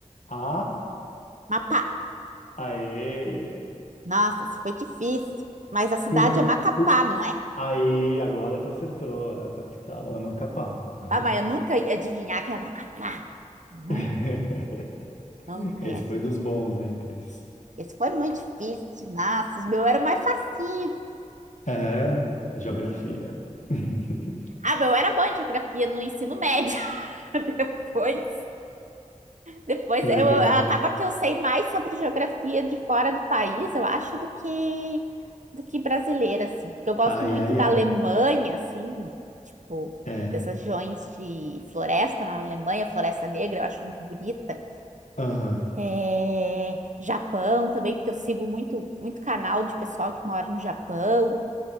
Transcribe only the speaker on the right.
Mapá.
Nossa, isso foi difícil. Mas a cidade
é Macapá,
não é?
Ah, mas eu nunca ia adivinhar que é Macapá. Nunca,
nunca
ia adivinhar.
Esse foi muito difícil. Nossa, o meu era mais facinho.
É.
Ah, meu era bom em geografia no ensino médio. <laughs> Depois Depois
eu acaba que eu sei mais sobre geografia de fora do país, eu acho, do que do que brasileira, assim. Porque eu gosto
muito
da
Alemanha, assim, tipo,
dessas regiões de floresta na Alemanha, Floresta Negra, eu acho muito bonita.
É, Japão também, porque eu sigo muito, muito canal de pessoal que mora no Japão.